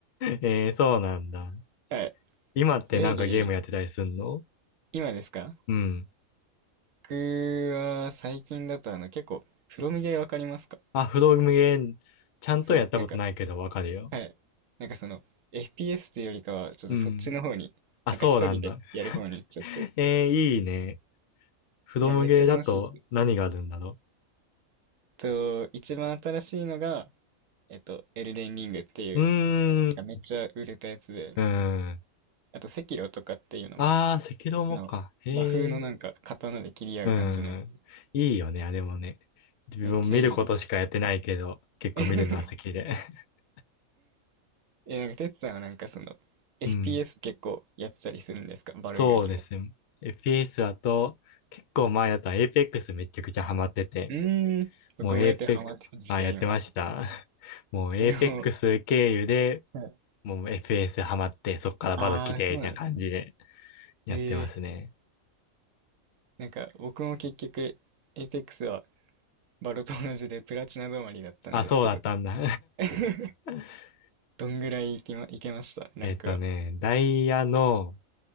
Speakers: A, on the left; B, on the right.
A: えー、そうなんだ。
B: はい。
A: 今ってなんかゲームやってたりすんの
B: ウェイレイ、今ですか
A: うん。
B: 僕は最近だとあの、結構、フロムゲーわかりますか
A: あ、フロムゲー、ちゃんとやったことないけどわかるよ。
B: そう、なんか、はい。なんかその、FPS っていうよりかは、ちょっとそっちの方に、
A: うん。あ、
B: なんか一人でやる方に行っちゃって。
A: そうなんだ。<laughs> えー、いいね。フロムゲーだと何があるんだろ
B: いや、めっちゃ楽しいです。と、一番新しいのが、えっと、エルデンリングっていう、
A: う。うーん。
B: めっちゃ売れたやつで、
A: うん。
B: あと、セキロとかっていうのも、
A: ああ、赤道もか。
B: の、
A: へえ。
B: 和風のなんか刀で切り合う感じのやつです。
A: うん。いいよね、あれもね。自分も見ることしかやってないけど、
B: めっちゃいいです。
A: 結構見るのは好きで。
B: <laughs>
A: <laughs>
B: え、なんか、てつさんはなんかその、FPS
A: うん。
B: 結構やってたりするんですかバロ以外にも。
A: そうですね。FPS だと、結構前だったら Apex めちゃくちゃハマってて、
B: うーん。僕もやってハマってた時期あります。
A: もう Apex、あ、やってました。<laughs> もう
B: それも、
A: Apex 経由で、
B: はい
A: もう FPS ハマって、そっからバド来て、
B: ああ、そうなんですね。
A: みたいな感じでやってますね。
B: ええなんか、僕も結局、エイペックスはバロと同じでプラチナ止まりだったんですけど。
A: あ、そうだったんだ。
B: <laughs>
A: <laughs>
B: どんぐらいいきま、いけましたランクは。
A: えっとね、ダイヤの、